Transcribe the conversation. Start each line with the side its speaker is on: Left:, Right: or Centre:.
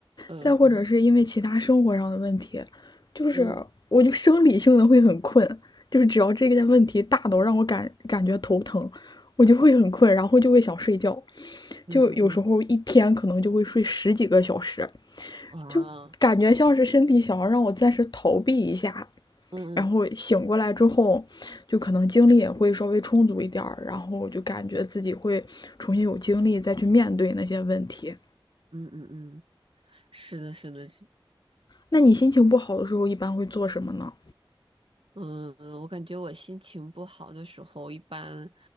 Right: 呃嗯
Left: 再或者是因为其他生活上的问题，就是我就生理性的会很困，
Right: 嗯
Left: 就是只要这个问题大到让我感感觉头疼，我就会很困，然后就会想睡觉，
Right: 嗯嗯嗯
Left: 就有时候一天可能就会睡十几个小时。
Right: 哦嗯啊
Left: 就感觉像是身体想要让我暂时逃避一下，
Right: 嗯嗯
Left: 然后醒过来之后，就可能精力也会稍微充足一点儿，然后我就感觉自己会重新有精力再去面对那些问题。
Right: 嗯嗯嗯，是的，是的，
Left: 那你心情不好的时候一般会做什么呢？
Right: 嗯，我感觉我心情不好的时候，一般